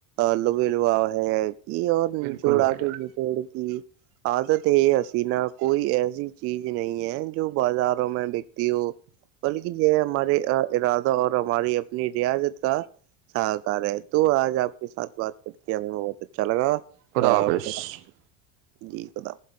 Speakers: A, on the right; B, on the right.
A: لب لباؤ ہے یہ اور نچوڑ
B: بالکل
A: آ
B: بھائی
A: کے
B: جان
A: نچوڑ کی عادت ہے یہ حسینہ کوئی ایسی چیز نہیں ہے جو بازاروں میں بک بلکہ یہ ہمارے ارادہ اور ہماری اپنی ریاضت کا ساہکار ہے تو آج آپ کے ساتھ بات کر کے ہمیں بہت اچھا لگا آ،
B: خدافش
A: خدا-
B: <unintelligible>
A: جی خد <inaudible>